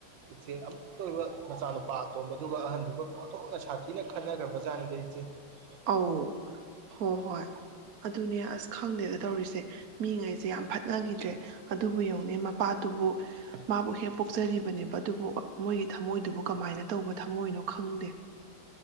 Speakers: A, on the right (about 90°); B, on the right (about 60°).
A: ꯏꯆꯦ ꯑꯃꯨꯛꯇ ꯑꯣꯏꯕ ꯃꯆꯥꯅꯨꯄꯥ ꯑꯇꯣꯝꯕꯗꯨꯒ ꯑꯍꯟꯗꯨꯒ ꯄꯣꯠꯊꯣꯛꯅ ꯁꯥꯊꯤꯅ ꯈꯟꯅꯈ꯭ꯔꯕꯖꯥꯠꯅꯤꯗ ꯏꯆꯦ꯫ <inaudible>
B: ꯑꯧ ꯍꯣ ꯍꯣꯏ ꯑꯗꯨꯅꯦ ꯑꯁ ꯈꯪꯗꯦꯗ ꯇꯧꯔꯤꯁꯦ ꯃꯤꯉꯩꯁꯦ ꯌꯥꯝ ꯐꯠꯅꯈꯤꯗ꯭ꯔꯦ ꯑꯗꯨꯕꯨ ꯌꯦꯡꯉꯅꯦ ꯃꯄꯥꯗꯨꯕꯨ ꯃꯥꯕꯨ ꯍꯦꯛ ꯄꯣꯛꯆꯔꯤꯕꯅꯦꯕ ꯑꯗꯨꯕꯨ ꯃꯣꯏꯒꯤ ꯊꯝꯃꯣꯏꯗꯨꯕꯨ ꯀꯃꯥꯏꯅ ꯇꯧꯕ ꯊꯝꯃꯣꯏꯅꯣ ꯈꯪꯗꯦ꯫